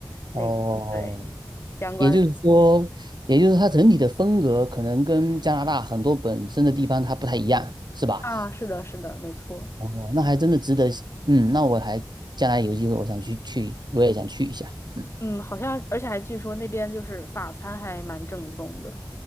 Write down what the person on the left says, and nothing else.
那对
相关的
啊，是的，是的，没错。
嗯，好像，而且还据说那边就是法餐还蛮正宗的，